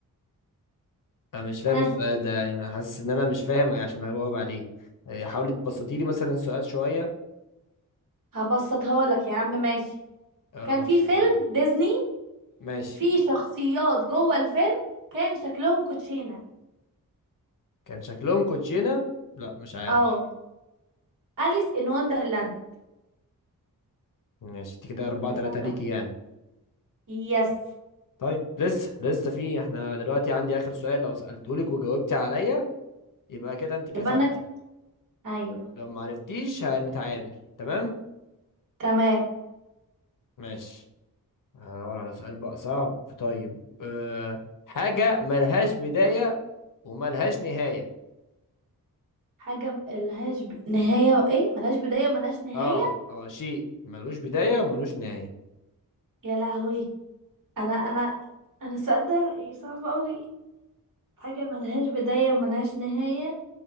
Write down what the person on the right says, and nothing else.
ها
هبسطها لك يا عم ماشي
كان
في فيلم ديزني
في شخصيات جوه الفيلم كان شكلهم كوتشينة
اه أليس إن وندرلاند
كسبتك
يس
يبقى انك ايوه
تمام
حاجة ملهاش ب... نهاية وايه ملهاش بداية وملهاش نهاية
يا لهوي انا انا انا السؤال ده إيه صعب قوي حاجة ملهاش بداية وملهاش نهاية